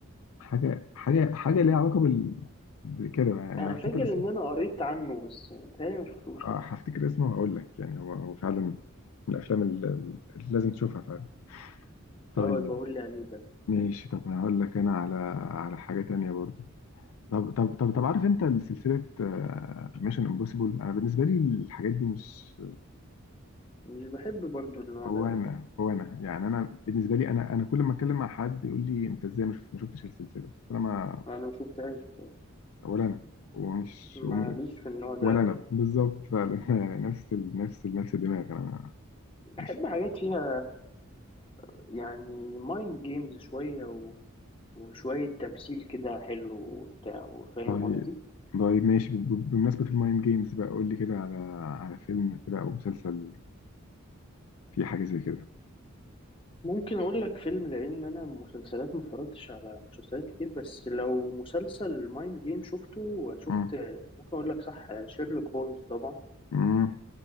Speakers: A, on the left (about 80°); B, on the left (about 25°).
A: حاجه حاجه حاجه ليها علاقه بال بكده بقى. يعني
B: انا
A: انا هفتكر
B: فاكر ان
A: اسمه
B: انا قريت عنه بس تهيألي ما شفتوش
A: اه
B: لا
A: هفتكر اسمه وهقول لك يعني هو هو فعلا من الافلام ال- ال- اللي لازم تشوفها فعلا طيب
B: اه بقول لي عليه ده
A: ماشي طب هقول لك انا على على حاجه تانية برضه طب طب طب طب
B: مم.
A: عارف انت سلسله ميشن امبوسيبل انا بالنسبه لي الحاجات دي مش
B: مش بحب برضو النوع
A: هو
B: ده قوي
A: انا هو انا يعني انا بالنسبه لي انا انا كل ما اتكلم مع حد يقول لي انت ازاي مش- ما شفتش السلسله بس انا ما
B: انا ما شفتهاش بصراحه
A: ولا انا ومش
B: ماليش في النوع ده
A: ولا
B: قوي
A: انا
B: يعني
A: بالظبط فعلا <laughs> يعني نفس ال... نفس ال... نفس الدماغ انا مش
B: بحب حاجات فيها يعني مايند جيمز شويه و... وشويه تمثيل كده حلو وبتاع وفاهم
A: طيب
B: قصدي
A: طيب ماشي ب- ب- بمناسبة المايند جيمز بقى قول لي كده على على فيلم كده او مسلسل فيه حاجة زي كده
B: ممكن اقول لك فيلم لان انا مسلسلات ما اتفرجتش على مسلسلات كتير بس لو مسلسل مايند جيم شفته شفت
A: مم.
B: ممكن اقول لك صح شيرلوك هولمز طبعا
A: مم.